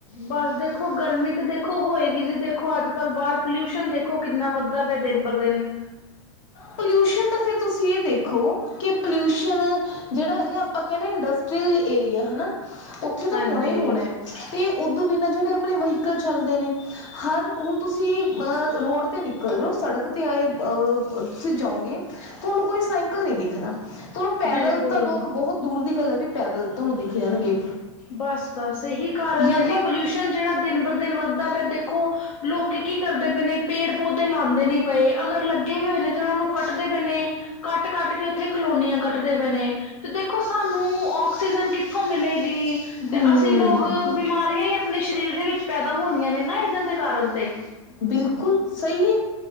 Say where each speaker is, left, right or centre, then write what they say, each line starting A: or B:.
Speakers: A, on the left; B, on the left.
A: ਬਸ ਦੇਖੋ ਗਰਮੀ ਤਾਂ ਦੇਖੋ ਹੋਏਗੀ ਜੀ ਦੇਖੋ ਅੱਜ-ਕੱਲ ਬਾਰ ਪੋਲਿਊਸ਼ਨ ਦੇਖੋ ਦੇਖੋ ਕਿੰਨਾ ਵੱਧਦਾ ਪਿਆ ਦਿਨ ਪਰ ਦਿਨ
B: ਪੋਲਿਊਸ਼ਨ ਤਾਂ ਫੇਰ ਤੁਸੀਂ ਏ ਦੇਖੋ ਕਿ ਪੋਲਿਊਸ਼ਨ ਜਿਹੜਾ ਹੈਗਾ ਆਪਾਂ ਕਹਿੰਦੇ ਇੰਡਸਟਰੀਅਲ ਏਰੀਆ ਹਨਾ ਉੱਥੇ ਤਾਂ
A: ਹਾਂਜੀ
B: ਹੋਣਾ ਹੀ ਹੋਣਾ ਏ। ਤੇ ਉਦੋਂ ਬਿਨਾਂ ਜਿਹੜੇ ਆਪਣੇ ਵਹੀਕਲ ਚੱਲਦੇ ਨੇ। ਹਰ ਹੁਣ ਤੁਸੀਂ ਅਹ ਰੋਡ ਤੇ ਨਿਕਲ ਜਾਓ ਸੜਕ ਤੇ ਆਏ ਅ ਤੁਸੀਂ ਜਾਂਓਗੇ ਤੁਹਾਨੂੰ ਕੋਈ ਸਾਈਕਲ ਨਹੀਂ ਦਿਖਦਾ। ਤੁਹਾਨੂੰ ਪੈਦਲ
A: ਬਿਲਕੁਲ
B: ਤਾਂ ਲੋਕ ਬਹੋਤ ਦੂਰ ਦੀ ਗੱਲ ਹੈ ਵੀ ਪੈਦਲ ਤੁਹਾਨੂੰ ਦਿਖ ਜਾਣਗੇ।
A: ਬਸ-ਬਸ ਇਹੀ ਕਾਰਨ
B: ਜਾਂ
A: ਹੈ
B: ਤਾਂ
A: ਜੀ ਪੋਲਿਊਸ਼ਨ ਜਿਹੜਾ ਦਿਨ ਬਰ ਦਿਨ ਵੱਧਦਾ ਪਿਆ ਦੇਖ- ਖੋ ਲੋਕੀ ਕੀ ਕਰਦੇ ਪਏ ਨੇ। ਪੇੜ- ਪੌਦੇ ਲਾਉਂਦੇ ਨੀ ਪਏ, ਅਗਰ ਲੱਗੇ ਵੀ ਹੋਏ ਨੇ ਤੇ ਉਹਨਾਂ ਨੂੰ ਕੱਟਦੇ ਪਏ ਨੇ। ਕੱਟ-ਕੱਟ ਕੇ ਉੱਥੇ ਕਲੋਨੀਆਂ ਕੱਟਦੇ ਪਏ ਨੇ। ਤੇ ਦੇਖੋ ਸਾਨੂੰ ਆਕਸੀਜਨ ਕਿੱਥੋਂ ਮਿਲੇਗੀ? ਤੇ
B: ਹੂੰ
A: ਅਸੀਂ ਲੋਕ ਬਿਮਾਰੀਆਂ ਹੀ ਆਪਣੇ ਸਰੀਰ ਦੇ ਵਿੱਚ ਪੈਦਾ ਹੋਣੀਆਂ ਨੇ ਨਾ ਇਹਨਾਂ ਦੇ ਕਾਰਨ ਤੇ।
B: ਬਿਲਕੁਲ ਸਹੀ ਹੈ।